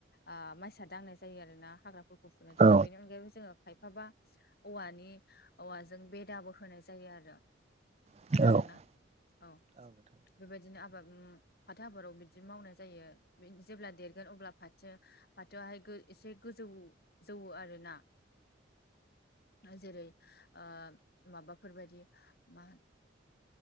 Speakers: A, on the left (about 55°); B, on the right (about 35°).
A: आ माइसा दांनाय जायो आरो ना हाग्राफोरखौ फुनो थाखाय
B: औ
A: बेनि अनगायैबो जोङो खायफाबा औवानि औवाजों बेदाबो होनाय जायो आरो
B: नोंथां
A: खोनादोंना
B: औ
A: औ बेबायदिनो आबाद फाथो आबादाव बिदि मावनाय जायो जेब्ला देरगोन अब्ला फाथो फाथोआहाय एसे गोजौ जौवो आरोना जेरै ओ माबाफोरबायदि मा हो